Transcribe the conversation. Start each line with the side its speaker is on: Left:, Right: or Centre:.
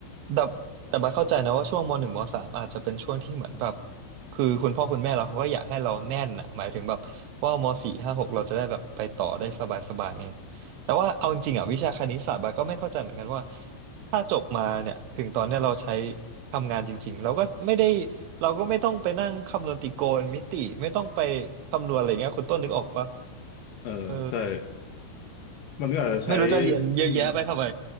Right: แต่แต่บัดเข้าใจนะว่าช่วงมหนึ่งมสามอาจจะเป็นช่วงที่เหมือนแบบคือคุณพ่อคุณแม่เราเขาก็อยากให้เราแน่นอะหมายถึงแบบว่ามสี่ห้าหกเราจะได้แบบไปต่อได้สบายสบายเนี่ยแต่ว่าเอาจริงๆอ่ะวิชาคณิตศาสตร์บัดก็ไม่เข้าใจเหมือนกันว่าถ้าจบมาเนี่ยถึงตอนเนี้ยเราใช้ทำงานจริงๆเราก็ไม่ได้เราก็ไม่ต้องไปนั่งคำนวณตรโกณมิติไม่ต้องไปคำนวณอะไรเงี้ยคุณต้นนึกออกปะ
Left: เออใช่
Right: เออ
Left: มันก็อาจจะใช้
Right: ไม่รู้จะเรียนเยอะแยะไปทำไม
Left: อืม